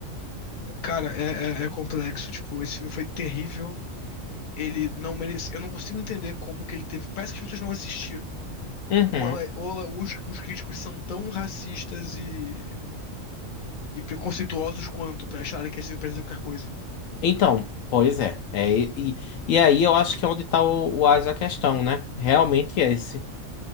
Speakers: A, on the left; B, on the left.
A: Cara, é, é- é complexo. Tipo, esse filme foi terrível. Ele não merece. Eu não consigo entender como que ele teve. Parece que as pessoas não assistiram.
B: Uhum.
A: Ou, ela, ou ela- os, os críticos são tão racistas e, e preconceituosos quanto pra acharem que essa empresa é qualquer coisa, entendeu?
B: Então, pois é. É, e, e aí eu acho que é onde tá o, o ás da questão, né? Realmente é esse.